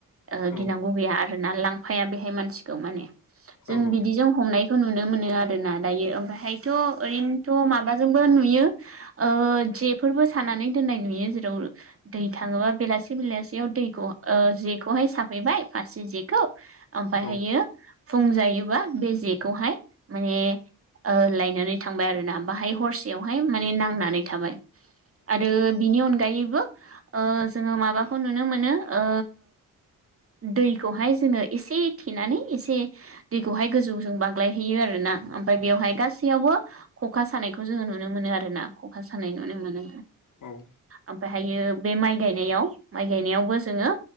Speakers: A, on the right; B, on the left.
A: ओहो
B: औ
A: गिनांगौ गैया आरोना लांफाया बेहाय मानसिखौ माने
B: औ
A: जों बिदिजों हमनायखौ नुनो मोनो आरो ना दायो ओमफ्रायहायथ' ओरैनोथ' माबाजोंबो नुयो <unintelligible> ओ जेफोरबो सानानै दोननाय नुयो जेराव दै थाङोबा बेलासे बेलासेयाव <unintelligible> दैखौ ओ जेखौहाय साफैबाय फासे जेखौ ओमफायहायो
B: औ
A: फुंजायो बा बे जेखौहाय माने ओ लायनानै थांबाय आरो ना बाहाय हरसेयावहाय माने नांनानै थाबाय आरो बिनि अनगायैब बो ओ जोङो माबाखौ नुनो मोनो ओ दैखौहाय जोङो एसे थेनानै एसे दैखौहाय गोजौजों बाग्लायहैयो आरोना ओमफाय बेवहाय गासैयावबो ख'खा सानायखौ जोङो नुनो मोनो आरोना। ख'खा सानाय नुनो मोनो
B: औ
A: ओमफ्रायहायो बे माइ गायनायाव माइ गायनायावबो जोङो